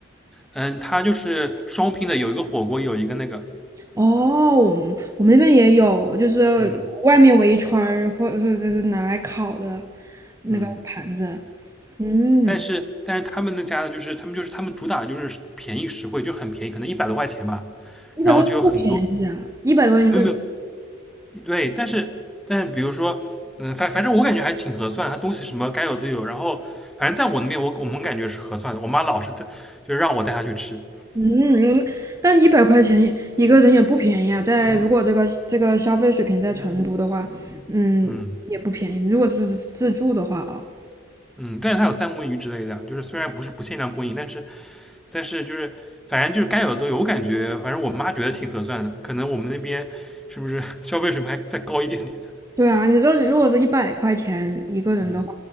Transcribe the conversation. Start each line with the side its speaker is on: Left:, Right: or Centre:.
Centre: 嗯，它就是双拼的，有一个火锅，有一个那个，
Right: 哦，我们我们那边也有，就是外面围一圈儿，
Centre: 嗯
Right: 或者是就是拿来烤的那个盘子。
Centre: 嗯，
Right: 嗯，
Centre: 但是但是他们那家呢，就是他们就是他们主打就是便宜实惠，就很便宜，可能一百多块钱吧，
Right: 一百多不便宜啊，
Centre: 然后就有很多
Right: 一百多一个人。
Centre: 没有没有对，但是但是比如说，嗯、反反正我感觉还挺合算，它东西什么该有都有，然后反正在我那边我我们感觉是合算的，我妈老是带就是让我带她去吃，
Right: 嗯，但一百块钱一一个人也不便宜啊，在如果这个这个消费水平在成都的话，嗯，
Centre: 嗯
Right: 也不便宜。如果是自助的话啊，
Centre: 嗯，但是它有三文鱼之类的就是虽然不是不限量供应，但是但是就是反正就是该有的都有，我感觉反正我妈觉得挺合算的，可能我们那边是不是 <laughs> 消费水平还再高一点点？
Right: 对啊，你说如果是一百块钱一个人的话，
Centre: <laughs> 嗯